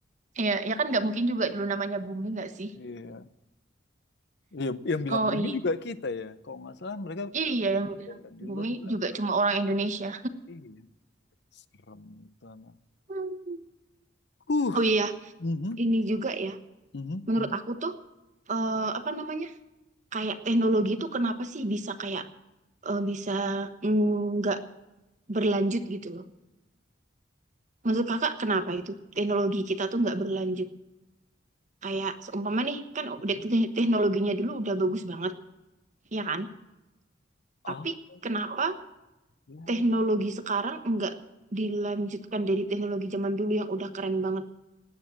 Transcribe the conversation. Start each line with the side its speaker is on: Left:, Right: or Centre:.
Right: Ya, ya kan nggak mungkin juga dulu namanya bumi nggak sih?
Left: Iya, iya yang bilang
Right: Oh
Left: Bumi
Right: iya,
Left: juga kita ya. Kalau nggak salah mereka
Right: iya yang bilang
Left: ya, di
Right: bumi
Left: luar bilang
Right: juga
Left: Earth.
Right: cuma orang Indonesia.
Left: Iya, serem itu anak.
Right: Hmm.
Left: Huh,
Right: Oh iya,
Left: mhm,
Right: ini juga ya,
Left: mhm,
Right: menurut
Left: mhm,
Right: aku tuh eh, apa namanya kayak teknologi tuh kenapa sih bisa kayak eh, bisa mm, nggak berlanjut gitu loh. Menurut kakak kenapa itu teknologi kita tuh nggak berlanjut? Kayak seumpama nih kan
Left: mhm.
Right: udah te- teknologinya dulu udah bagus banget, ya kan? Tapi
Left: Oh
Right: kenapa
Left: iya.
Right: teknologi sekarang nggak dilanjutkan dari teknologi zaman dulu yang udah keren banget?